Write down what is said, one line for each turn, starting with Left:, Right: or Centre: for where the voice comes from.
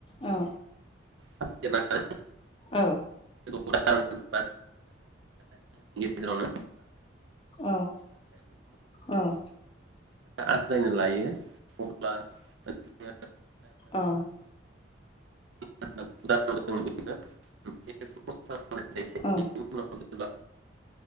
Left: औ
Right: थाब <unintelligible>
Left: औ
Right: <unintelligible> गेजेरावनो
Left: औ औ
Right: आजायनो लायो अब्ला <unintelligible>
Left: औ
Right: <unintelligible>
Left: औ
Right: आ